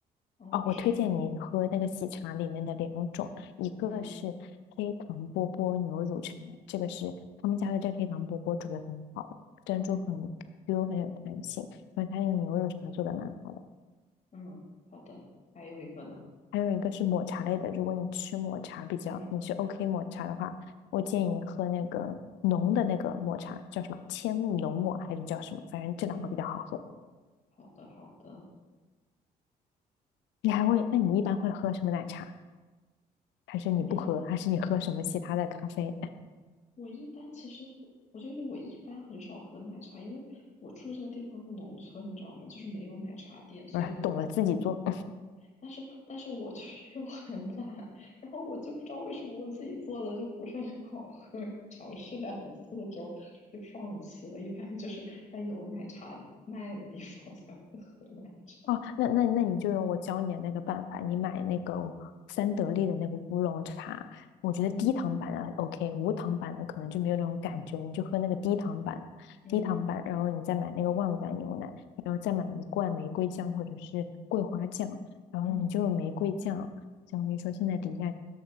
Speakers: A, on the left (about 35°); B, on the left (about 60°).
A: 哦，
B: 哦，我推荐你喝那个喜茶里面的两种，
A: 是吗？
B: 一个是黑糖波波牛乳茶，
A: 嗯
B: 这个是他们家的这个黑糖波波煮的很好，珍珠很
A: 嗯
B: Q 很有弹性，然后它那个牛乳茶做的蛮好的。
A: 嗯，好的。还有一个呢？
B: 还有一个是抹茶类的，如果你吃抹茶比较，
A: 嗯
B: 你是 OK 抹茶的话，我建议喝那个浓的那个抹茶，叫什么千木浓抹还是叫什么？反正这两个比较好喝。
A: 嗯，好的好的。
B: 你还会，那你一般会喝什么奶茶？还是你不喝？
A: 我一般
B: 还是你喝什么其他的咖啡？<laughs>
A: 我一般其实我就是我一般很少喝奶茶，因为我住这个地方是农村，你知道吗？就是没有奶茶店，所以呢，
B: 不是，懂了自己做。
A: 但是但是我就是 <laughs> 又很懒，然后我就不知道为什么我自己做的就不是很好喝，尝试两次之后就放弃了。一般就是在有奶茶的卖的地方才会喝奶茶。
B: 哦，那那那你就用我教你的那个办法，你买那个三得利的那个乌龙茶，我觉得低糖版的
A: 嗯
B: OK，无糖版的可能就没有那种感觉，你就喝那个低糖版，
A: 嗯
B: 低糖版，然后你再买那个旺仔牛奶，然后再买一罐玫瑰酱或者是桂花酱，然后呢你就用玫瑰酱，
A: 嗯
B: 相当于说现在底下